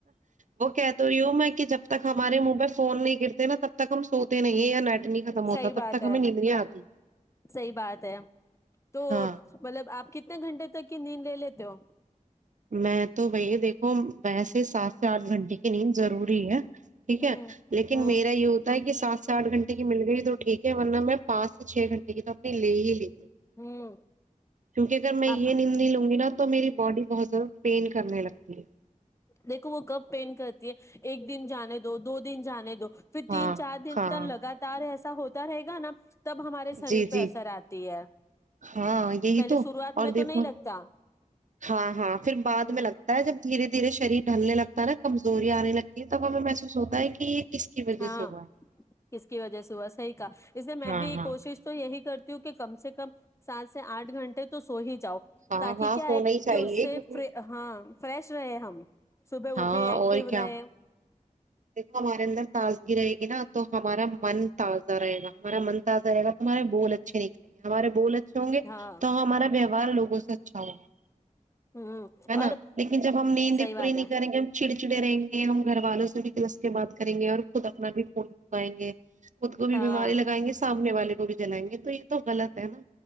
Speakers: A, on the right (about 65°); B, on the left (about 20°).
A: وہ کہ تو یوں میں کہ جب تک ہمارے من میں فون نہیں ا تب تک ہم سوتے نہیں یا نیٹ نہیں ختم
B: صحیح
A: ہوتا
B: بات
A: تب تک
B: ہے
A: ہمیں ندری آتی
B: صحیح بات ہے تو
A: ہاں
B: مطلب آپ کتنے گھنٹے تک کی نیند لے لیتے ہو
A: میں تو بھیا دیکھو ویسے سات سے آٹھ گھنٹے کی نیند ضروری ہے ٹھیک
B: ہوں
A: ہے لیکن
B: ہوں
A: میرا یہ ہوتا ہے کہ سات سے آٹھ گھنٹے کی مل گئی تو ٹھیک ہے ورنہ میں پانچ سے چھ گھنٹے کی تو اپنی لے ہی لے
B: ہوں
A: کیونکہ اگر میں یہ
B: آپ
A: ند نہیں لوں گی نا تو تو میری باڈی بہت پین کرنے لگتی ہے
B: دیکھو وہ کب پینٹ کرتی ہے ایک دن جانے دو دو دن جانے دو پھر
A: ہاں
B: تین چار دن
A: ہاں
B: تو لگاتار ایسا ایسا ہوتا رہے گا نا تب ہمارے شریر
A: جی جی
B: پہ اثر آتی ہے
A: ہاں یہی
B: پہلے
A: تو
B: شروعات
A: اور
B: میں تو
A: دیکھو
B: نہیں لگتا
A: ہاں ہاں پھر بعد
B: ہ
A: میں لگتا ہے جب دھیرے دھیر شریر ڈالنے لگتا نا کمزوریا آنے لگتی ہے تب ہمیں محسوس ہوتا ہے کہ یہ کس کی وجہ
B: ہاں
A: سے ہوا ہے
B: کس کی وجہ سے ہوا صحیح اسے میں
A: ہاں
B: بھی
A: ہاں
B: کوشش تو یہی کرتی کہ کم سے کم سات سے آٹھ گھنٹے تو سو ہی جاؤ
A: ہاں
B: تاکہ
A: ہاں
B: کیا
A: سونا
B: ہے
A: ہی چاہیے
B: کہ اس سے
A: کیونکہ
B: ہاں فریش شے ہم ہم صبح
A: ہاں
B: اٹھے ایکٹیو
A: اور کیا
B: رہے
A: دیکھو ہمارے اندر تازگی رہے گی نا تو ہمارا من تازہ رہےا ہمارا من تازہ رہے گا تمہارے بول اچھے نکلیں گے ہمارے بول اچھے ہوں گے
B: ہاں
A: تو ہمارا ار لوگوں سے اچھا ہوگا
B: ہوں
A: ہے نا
B: اور
A: لیکن جب ہم نیندیں
B: صحیح بات
A: پوری نہیں
B: ہے
A: کریں گے ہم چڑ چڑے رہیں گے ہم گھر والوں سے بھی سے بات کریں گے اور خود اپنا بھی فون پھکائیں گے خود کو بھی
B: ہاں
A: بیماری لگائیں گے سامنے والے کو بھی جلائیں گے تو یہ تو غلط ہے نا